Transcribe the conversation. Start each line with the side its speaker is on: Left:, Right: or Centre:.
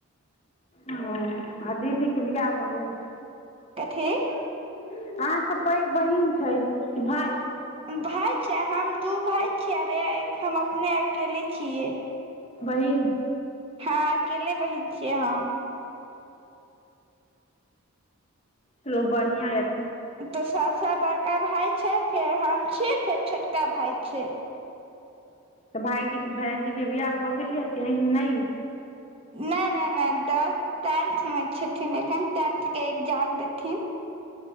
Left: ओ, आ दीदीके बियाह भ गेल?
Right: कथी
Left: अहाँ स पैघ बहिन छै, कि भाय?
Right: भाय छै, हम दू भाय छीये, अरे एक हम अपने अकेली छियै।
Left: बहिन।
Right: हाँ अकेले बहिन छीयै हम।
Left: चालू बढ़िया ये।
Right: तो सबस बड़का भाय छै, फेर हम छी, फेर छोटका भाय छै।
Left: तऽ भाय भाइजी के बियाह भऽ गेल ये कि नहि?
Right: नै - नै - नै ट, टेंथ मे छथिन एखन टेंथ के एग्जाम देथिन।